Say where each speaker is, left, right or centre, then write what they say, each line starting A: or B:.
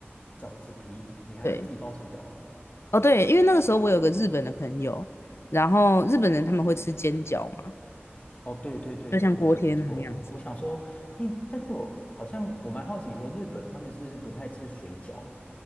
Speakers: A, on the left; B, on the left.
A: 饺子皮你还会自己包水饺哦
B: 对，哦对，因为那个时候我有个日本的朋友，然后日本人他们会吃煎饺嘛，
A: 哦，对对对对对，
B: 就像锅贴那个样子。
A: 没错。哦，我想说，诶，但是我好像我蛮好奇说，日本他们是不是不太吃水饺啊？